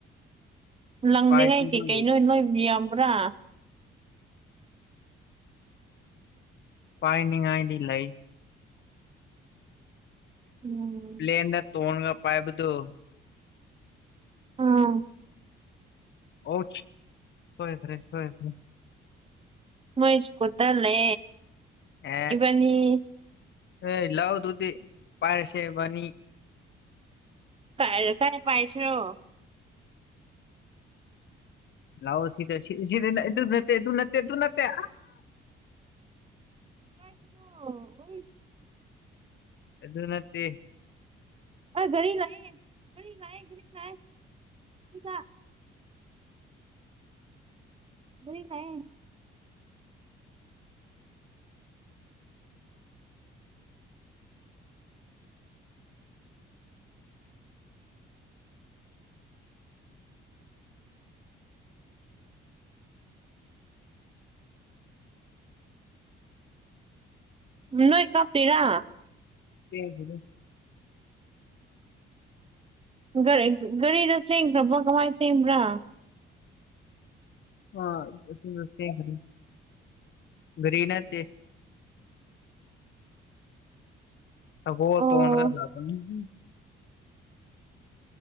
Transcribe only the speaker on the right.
ꯂꯪꯂꯤꯉꯥꯏ
ꯀꯩꯀꯩ ꯅꯣꯏ ꯅꯣꯏꯕ ꯌꯥꯕ꯭ꯔꯥ
ꯎꯝ
ꯑ <unintelligible> <inaudible>
ꯃꯣꯏꯁ ꯀꯠꯇꯂꯦ
ꯏꯕꯅꯤ <inaudible> <unintelligible>
ꯀ ꯀꯥꯏ ꯄꯥꯏꯁꯤ꯭ꯔꯣ
ꯀ <unintelligible> <inaudible>
ꯑ ꯒꯔꯤ ꯂꯥꯛꯑꯦ ꯒꯔꯤ ꯂꯛꯑꯦ ꯒꯔꯤ ꯂꯛꯑꯦ <unintelligible> ꯒꯔꯤ ꯂꯛꯑꯦ꯫ ꯅꯣꯏ ꯀꯥꯞꯇꯣꯏꯔꯥ꯫
ꯒꯥꯔꯤ ꯒꯥꯔꯤꯗ ꯆꯦꯡꯈ꯭ꯔꯕ ꯀꯃꯥꯏꯅ ꯆꯦꯡꯕ꯭ꯔꯥ꯫
<unintelligible>
ꯑꯣ